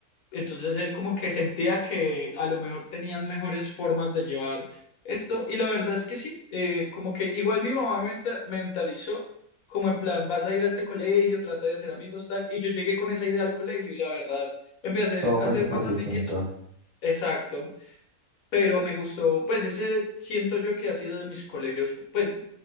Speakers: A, on the left; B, on the right.
A: Entonces él como que sentía que a lo mejor tenían mejores formas de llevar esto, y la verdad es que sí, eh, como que igual mi mamá me menta- mentalizó, como en plan, vas a ir a este colegio, trata de hacer amigos, tal, y yo llegué con esa idea al colegio, y la verdad, empecé
B: Todo
A: a
B: fue
A: hacer
B: súper
A: más
B: distinto.
A: amiguitos. Exacto. Pero me gustó, pues ese siento yo que ha sido de mis colegios, pues